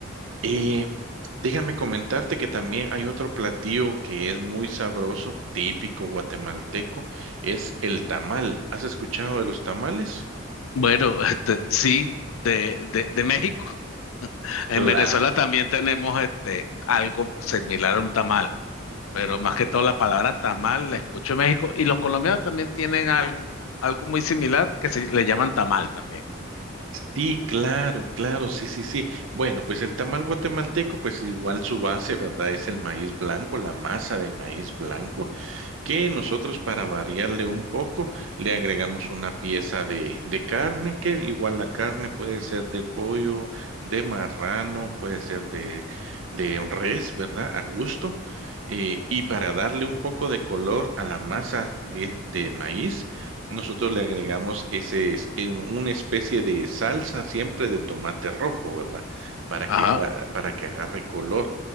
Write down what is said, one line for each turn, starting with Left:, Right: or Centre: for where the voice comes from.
Right: Y déjame comentarte que también hay otro platillo que es muy sabroso, típico guatemalteco, es el tamal. ¿Has escuchado de los tamales?
Left: Bueno, este, sí, de, de, de México. <laughs> En
Right: Claro.
Left: Venezuela también tenemos este, algo similar a un tamal, pero más que todo la palabra tamal la escucho en México, y los colombianos también tienen algo, algo muy similar que se le llaman tamal también.
Right: Sí, claro, claro, sí, sí, sí. Bueno, pues el tamal guatemalteco, pues igual su base, ¿verdad? Es el maíz blanco, la masa de maíz blanco que nosotros para variarle un poco le agregamos una pieza de, de carne, que igual la carne puede ser de pollo, de marrano, puede ser de, de res, ¿verdad? A gusto. Eh, y para darle un poco de color a la masa de, de maíz, nosotros le agregamos ese, es- eh, una especie de salsa siempre de tomate rojo, ¿verdad? Para que,
Left: Ajá.
Right: aga- para que agarre color.